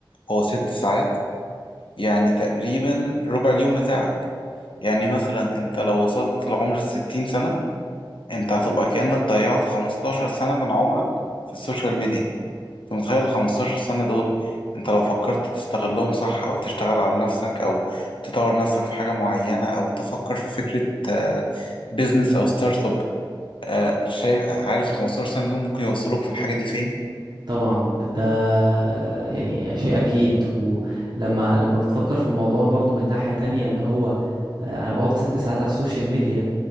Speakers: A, on the left; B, on the right.
A: هو ست ساعات يعني تقريبا ربع اليوم بتاعك يعني مثلا أنت لو وصلت لعمر الستين سنة أنت هتبقى كأنك ضيعت خمستاشر سنة من عمرك في السوشيال ميديا أنت متخيل الخمستاشر سنة دول أنت لو فكرت تستغلهم صح أو تشتغل على نفسك أو تطور نفسك في حاجة معينة أو تفكر في فكرة آه، بيزنس أو ستارت اب آه شايف عارف ال 15 سنة دول ممكن يوصلوك في الحاجة دي فين
B: طبعا ده يعني شيء اكيد ولما لما بتفكر في الموضوع برضو من ناحية تانية اللي هو آه، انا بقعد ست ساعات على السوشيال ميديا